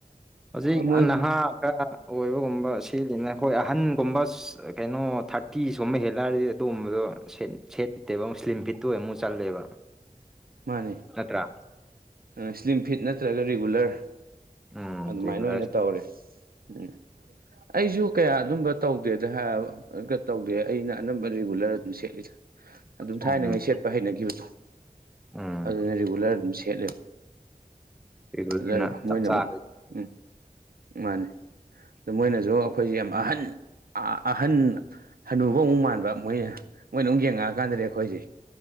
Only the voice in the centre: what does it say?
ꯍꯧꯖꯤꯛ
ꯑ ꯅꯍꯥ ꯈꯔ ꯑꯣꯏꯕꯒꯨꯝ ꯨꯕ ꯁꯦꯠꯂꯤꯅ ꯑꯩꯈꯣꯏ ꯑꯍꯟꯒꯨꯝꯕ ꯁꯁ ꯀꯩꯅꯣ ꯊꯥꯔꯇꯤꯁ ꯒꯨꯝꯕ ꯍꯦꯜꯂꯛꯑꯔꯗꯤ ꯑꯗꯨꯒꯨꯝꯕꯗꯣ ꯁꯦꯠ ꯁꯦꯠꯇꯦꯕ ꯑꯃꯨꯛ ꯏꯁꯂꯤꯝ ꯐꯤꯠꯇꯨ ꯑꯣꯏꯅ ꯃꯨꯛ ꯆꯠꯂꯦꯕ
ꯅꯠꯇ꯭ꯔꯥ
ꯎꯝ
ꯔꯤꯒꯨꯂꯔ
ꯎꯝ
ꯎꯝ
ꯔꯤꯒꯨꯂꯔꯅ
ꯆꯞ ꯆꯥꯔꯦ